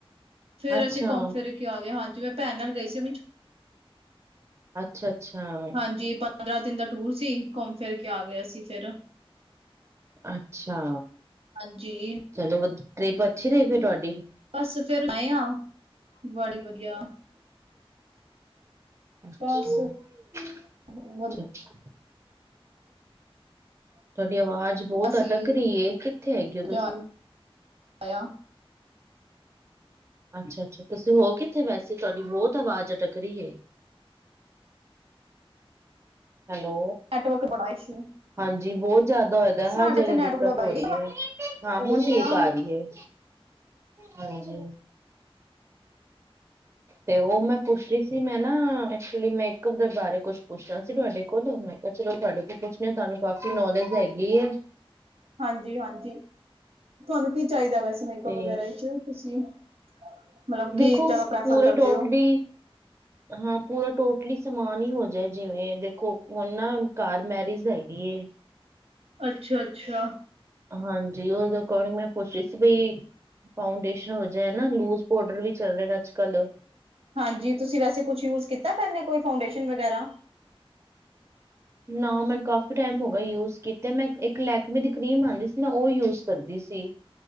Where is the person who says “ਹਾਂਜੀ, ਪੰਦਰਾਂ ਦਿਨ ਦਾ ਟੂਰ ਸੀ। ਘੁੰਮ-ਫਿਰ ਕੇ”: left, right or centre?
Right